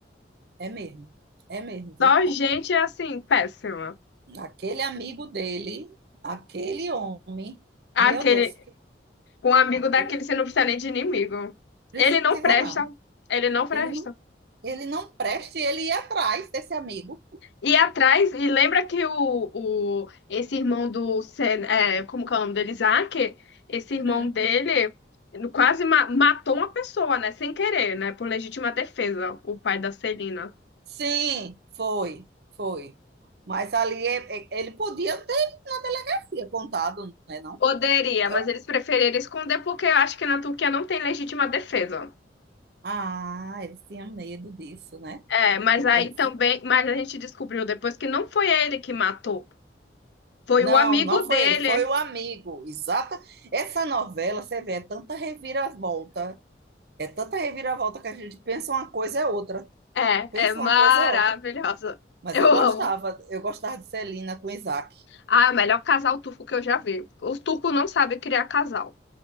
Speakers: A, on the right; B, on the left.
A: É mesmo, é mesmo, viu?
B: Só gente, assim, péssima.
A: Aquele amigo dele, aquele homem,
B: Aquele,
A: meu Deus, que-
B: Com um amigo
A: aquele
B: daquele você não precisa nem de inimigo.
A: precisa
B: Ele não presta.
A: não.
B: Ele não presta.
A: Ele não, ele não presta e ele ia atrás desse amigo.
B: E atrás, e lembra que o, o esse irmão do Sen, é, como que é o nome dele? Isaac, esse irmão
A: Hum.
B: dele quase ma- matou uma pessoa, né? Sem querer, né? Por legítima defesa, o pai da Celina.
A: Sim, foi, foi. Mas ali é- é- ele podia ter na delegacia contado, né, não?
B: Poderia,
A: Eu,
B: mas eles preferiram esconder porque eu acho que na Turquia não tem legítima defesa.
A: ah, eles tinham medo disso, né?
B: É, mas
A: Eles-
B: aí também, mas a gente descobriu depois que não foi ele que matou, foi
A: não,
B: o amigo
A: não
B: dele.
A: foi ele, foi o amigo. Exata. Essa novela, você vê, é tanta reviravolta, é tanta reviravolta que a gente pensa uma coisa é outra,
B: É,
A: pensa
B: é maravilhosa.
A: uma coisa é outra. Mas
B: Eu
A: eu gostava,
B: amo.
A: eu gostava de Celina com Isaac,
B: Ah, é o melhor casal turco que eu já vi. Os turcos não sabem criar casal.